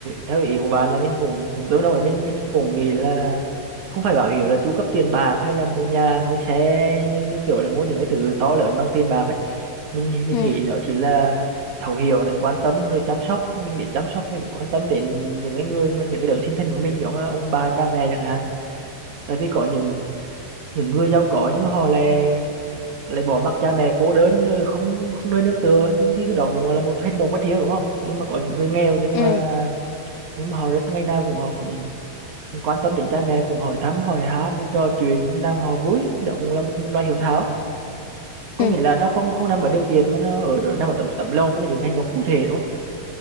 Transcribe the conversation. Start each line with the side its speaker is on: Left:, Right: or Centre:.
Right: theo ý của bạn là mình cũng cũng tương đồng với mình mình cũng nghĩ là không phải bảo hiểm là chu cấp tiền bạc hay là mua nhà mua xe như, như kiểu là mua những cái thứ to lớn bằng tiền bạc ấy mình mình
Left: ừ,
Right: nghĩ nó chỉ là thấu hiểu này quan tâm rồi chăm sóc mình biết chăm sóc mình biết quan tâm đến những cái người mà những cái đấng sinh thành của mình giống là ông bà cha mẹ chẳng hạn tại vì có những những người giàu có nhưng họ lại lại bỏ mặc cha mẹ cô đơn rồi không không nơi nương tựa thì cái đó cũng là một hành động bất hiếu đúng không nhưng mà có những người nghèo nhưng
Left: ừ,
Right: mà nhưng mà họ rất ngày nào cũng họ cũng quan tâm đến cha mẹ cũng hỏi thăm hỏi han rồi trò chuyện làm họ vui thì đó cũng là một một loại hiếu thảo có
Left: ừ.
Right: nghĩa là nó không không nằm ở điều kiện mà nó ở ở- nằm ở tấm tấm lòng với cái những hành động cụ thể đúng không